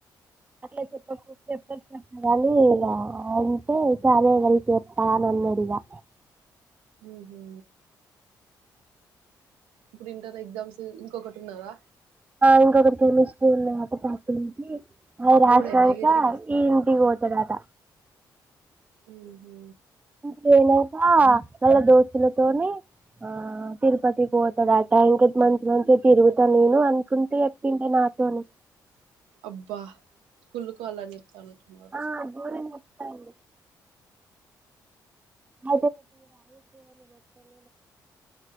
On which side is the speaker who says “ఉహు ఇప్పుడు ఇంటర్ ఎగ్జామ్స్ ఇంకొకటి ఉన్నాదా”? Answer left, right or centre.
Right